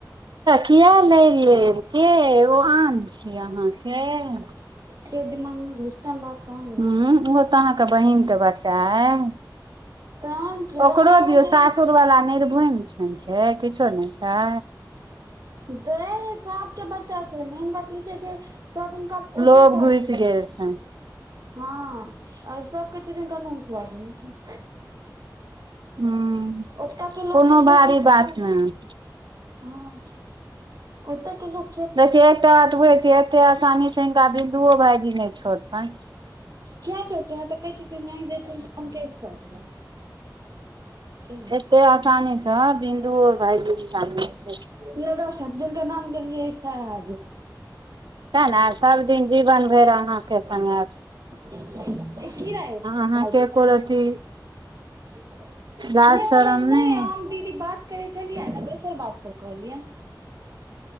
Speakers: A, on the right; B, on the right.
A: किया लइड़ लेब केँ ओ आन छी अहाँकेँ।
B: से दिमागमे घुसतन बात। तहन ने
A: हू ओहो तऽ अहाँकेँ बहिन कऽ बच्चा अय।
B: तहन। केनाहो
A: ओकरो दियौ
B: जे
A: सासुर वला निर्भुम छैन छै किछो नै छै।
B: दैय सबक बच्चा छै मेन बात ई छै जे सब इनका ओत
A: लोभ
B: कल
A: घुसि
B: नै
A: गेल
B: छै।
A: छनि
B: हऽ और सब कहै स जे हुनका नून खुआ देने छै। <unintelligible>
A: हूँ
B: ओ तऽ केँ लोक
A: कोनो
B: केँ छोइर
A: भारी
B: कऽ ककरो
A: बात
B: किछ
A: नहि
B: नै ह <inaudible> ओ तऽ कऽलोक।
A: देखियौ एकटा बात बुझेछिही एते असानी से हिनका बिन्दुओ भाइजी नै छोड़ तैन
B: किया छोड़तै ओ तऽ कहै छथिन नै देथिन तऽ केस कऽ देबै <unintelligible>
A: एते असानी स बिन्दु ओ भाइजी निकालने
B: <unintelligible>
A: छै
B: लगाओ सर्थ जिनका नाम लेलियै सयह आ ज
A: सै न आब सबदिन जीवन भैर अहाँकेँ कनिया
B: <unintelligible> <unintelligible>
A: अहाँके एको रती लाज शरम नहि
B: नै हम दीदी बात करै छलियै ने दोसर बात पर कहलियै <inaudible>